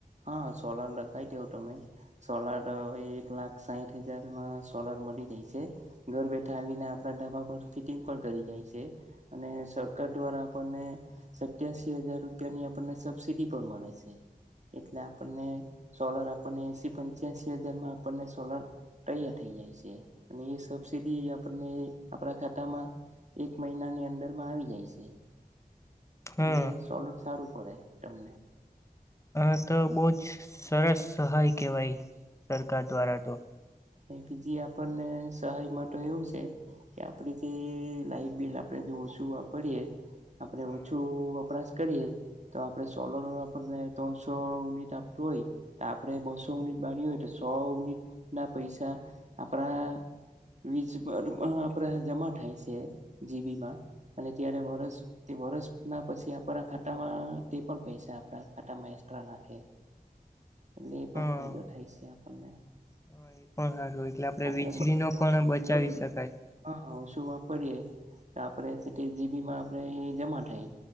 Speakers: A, on the right; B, on the left.
A: હા સોલાર લખાવ દેવ તમે. સોલાર હવે એક લાખ સાહીઠ હજારમાં સોલાર મળી જાય છે. ઘર બેઠા આવીને આપણા ઢાબા પર ફિટિંગ પણ કરી જાય છે. અને સરકાર દ્વારા આપણને. સત્યાસીી હજાર રૂપિયા ની આપણને સબસીિડી પણ મળે છે. એટલે આપણને સોલર આપણને એસી પંચ્યાસીી હજાર માં આપણને સોલર. તૈયાર થઈ જાય છે અને એ સબસીડી આપણને આપણા ખાતામાં એક મહિના ની અંદર માં આવી જાય છે
B: હા
A: એટલે સોલર સારું કરે તમને.
B: આ તો બહુ જ સરસ સહાય કહેવાય સરકાર દ્વારા તો.
A: એ બીજી આપણને સહાય માટે એવું છે. કે આપડ જે લાઈટ બિલ આપણે ઓછું વાપરીયએ આપડ
B: હા
A: ઓછું વપરાશ. કરીએ તો આપણે સોલર આપને ત્રણસો યુનિટ આપતું હોય. આપડે બસો યુનિટ બાળી હોય તો સો યુનિટ ના પૈસા આપણા. વીજર આપડે જમા થાય છે જીબી માં અને ત્યારે વરષ. તે વરષ ના પછી આપણા ખાતામાં તે પણ પૈસા આપણા ખાતામાં એકસ્ટ્રા નાખે. એટલે એ પણ
B: હા
A: ફાયદો થાય છે આપણને.
B: હા એ પણ સારું એટલે આપણેે
A: આપણે
B: વીજળી
A: બધા
B: નો
A: વાપરીએ
B: પણ બચાવી શકાય.
A: હા ઓ શું વાપરીએ તો આપણે જીબી માં આપે જમા થાય.